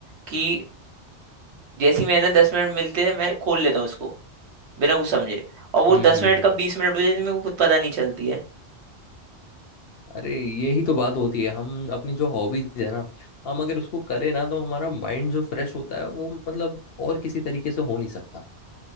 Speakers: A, on the right; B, on the left.
A: कि जैसे ही मैंने दस मिनट मिलते हैं मैं खोल लेता हूँ इसको बिना कुछ समझे और वो
B: हम्म
A: दस
B: हम्म
A: मिनट
B: हम्म।
A: कब बीस मिनट हो जाती है, मेरे को खुद पता नहीं चलती है
B: अरे यही तो बात होती है हम अपनी जो हॉबीज है ना हम अगर उसको करें ना तो हमारा माइंड जो फ्रेश होता है वो मतलब और किसी तरीके से हो नहीं सकता